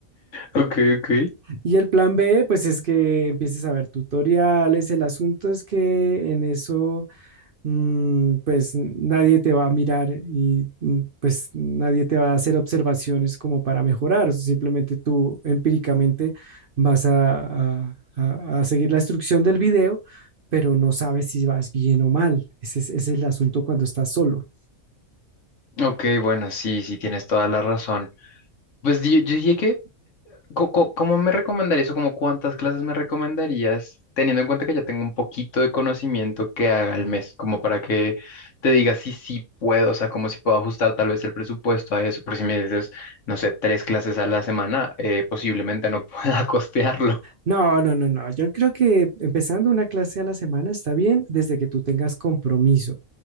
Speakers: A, on the left; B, on the right.
A: ok, ok.
B: Y el plan B, pues es que empieces a ver tutoriales. El asunto es que en eso, mm, pues nadie te va a mirar y mm, pues nadie te va a hacer observaciones como para mejorar. Simplemente tú empíricamente vas a, a- a- a seguir la instrucción del video, pero no sabes si vas bien o mal. Ese es, ese es el asunto cuando estás solo.
A: Ok, bueno, sí, sí, tienes toda la razón. Pues di- yo, dije que co- co- ¿Cómo me recomendarías o como cuántas clases me recomendarías, teniendo en cuenta que ya tengo un poquito de conocimiento que haga al mes, como para que te diga si sí puedo, o sea, como si puedo ajustar tal vez el presupuesto a eso, pero si me dices, no sé, tres clases a la semana, eh, posiblemente no <laughs> pueda costearlo.
B: No, no, no, no. Yo creo que empezando una clase a la semana está bien desde que tú tengas compromiso.